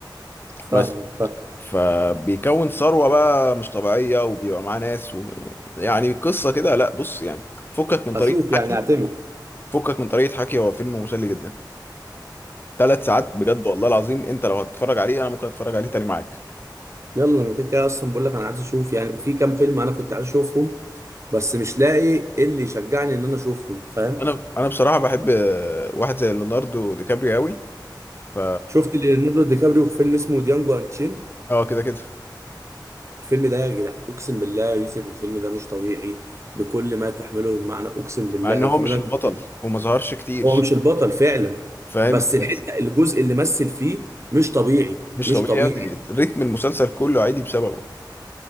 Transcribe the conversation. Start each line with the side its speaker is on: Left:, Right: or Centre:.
Left: بس
Right: فاهم فاهم
Left: فبيكون ثروة بقى مش طبيعية وبيبقى معاه ناس و... يعني قصة كده لا بص يعني فكك من
Right: اشوف
Left: طريقة
Right: يعني
Left: حكي
Right: اعتمد
Left: فكك من طريقة حكي هو فيلم مسلي جدا ثلاث ساعات بجد والله العظيم انت لو هتتفرج عليه انا ممكن اتفرج عليه تاني معاك
Right: يلا انا كده كده اصلا بقول لك انا عايز اشوف يعني في كام فيلم انا كنت عايز اشوفهم بس مش لاقي إيه اللي يشجعني ان انا اشوفهم فاهم
Left: انا انا بصراحة بحب آه، واحد زي ليوناردو دي كابريو قوي ف
Right: شفت ليوناردو دي كابريو في فيلم اسمه ديانجو انتشين
Left: اه كده كده
Right: الفيلم ده يا جدع اقسم بالله يا يوسف الفيلم ده مش طبيعي بكل ما تحمله المعنى اقسم بالله
Left: مع ان هو
Right: الفيلم
Left: مش
Right: ده
Left: البطل
Right: كنت-
Left: وما ظهرش كتير
Right: هو مش البطل فعلا
Left: فاهم
Right: بس الحته
Left: بس
Right: الجزء اللي مثل فيه مش طبيعي
Left: مش
Right: مش
Left: طبيعي
Right: طبيعي
Left: يا ابني ريتم المسلسل كله عالي بسببه